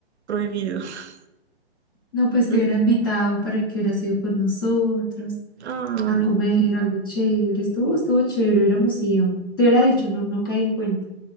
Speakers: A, on the right (about 85°); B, on the left (about 20°).
A: Prohibido. <laughs>
B: No, pues
A: Prohibido.
B: te hubiera invitado para que hubieras ido con nosotros
A: Ay.
B: a comer algo chévere. Estuvo, estuvo chévere, hubiéramos ido. Te hubiera
A: Oh,
B: dicho, no, no caí en cuenta.